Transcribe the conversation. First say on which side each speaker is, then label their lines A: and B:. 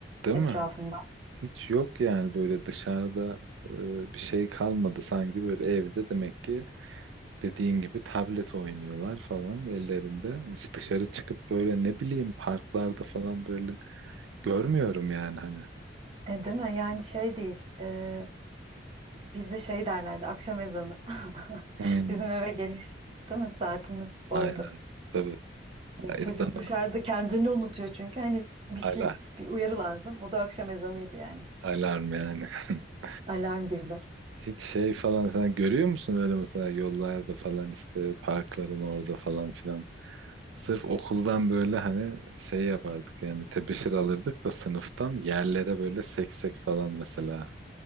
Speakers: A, on the right; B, on the right.
A: değil
B: etrafında?
A: mi? Hiç yok yani böyle dışarıda e, bir şey kalmadı sanki böyle evde demek ki dediğin gibi tablet oynuyorlar falan ellerinde. Hiç dışarı çıkıp böyle ne bileyim parklarda falan böyle görmüyorum yani hani.
B: E, değil mi? Yani şey değil. e, Bizde şey derlerdi akşam ezanı. <laughs>
A: Hmm.
B: Bizim eve geliş değil mi saatimiz
A: Aynen
B: oydu.
A: tabii.
B: E, Çocuk
A: Yazan
B: dışarıda kendini unutuyor çünkü hani bir şey
A: ala
B: bir uyarı lazım. O da akşam ezanıydı yani.
A: alarm yani. <laughs>
B: Alarm gibi.
A: Hiç şey falan sen görüyor musun öyle mesela yollarda falan işte parkların orada falan filan. Sırf okuldan böyle hani şey yapardık yani tebeşir alırdık da sınıftan yerlere böyle seksek falan mesela.